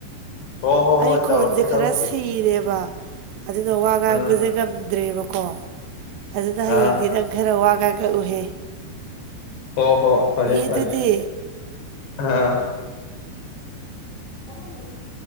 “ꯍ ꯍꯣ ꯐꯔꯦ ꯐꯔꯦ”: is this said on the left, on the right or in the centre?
Left